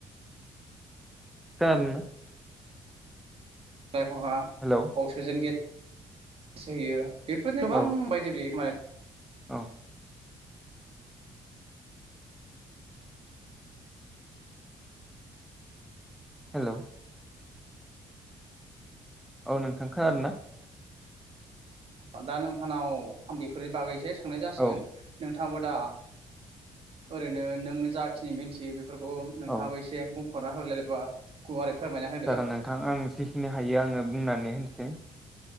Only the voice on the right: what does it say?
लाइफांआ
अक्सिजेन गे <unintelligible> बेफोर गोबां
बायदि <unintelligible>
दा नोंथांनाव आं बेफोरनि बागै थांनाय जासिगोन
नों थाङाबो दा ओरैनो नों जाखिनि मिथियो बे फोरखौ नोंथाङाबो
एसे बुं फुरना हो जेनेबा गुवारै फोरमायना होदो